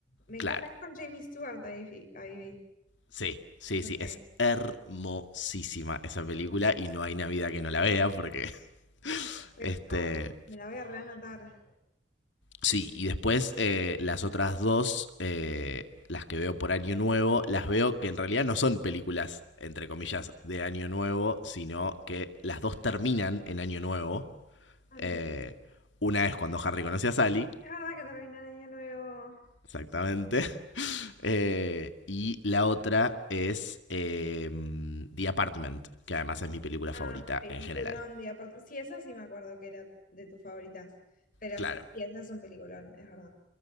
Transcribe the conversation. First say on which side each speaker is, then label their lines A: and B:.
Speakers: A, on the left (about 50°); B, on the left (about 85°).
A: Me encanta,
B: Claro,
A: es con Jamie Stewart, ahí, vi- ahí vi.
B: Sí, sí,
A: Ok,
B: sí, es hermosísima esa película y no hay Navidad que no la vea porque, <laughs>
A: perfecto.
B: este,
A: Me la voy a reanotar.
B: sí, y después eh, las otras dos, eh, las que veo por Año Nuevo, las veo que en realidad no son películas, entre comillas, de Año Nuevo, sino que las dos terminan en Año Nuevo.
A: Ah, mira,
B: Eh, una es cuando Harry conoce a Sally,
A: es verdad que termina el año nuevo.
B: exactamente, <laughs> eh, y la otra es eh, The Apartment, que además es mi película
A: Ah,
B: favorita
A: peliculón,
B: en general.
A: y aparte, sí, esa sí me acuerdo que era de tus favoritas, pero
B: Claro.
A: sí, sí, esa es un peliculón, es verdad.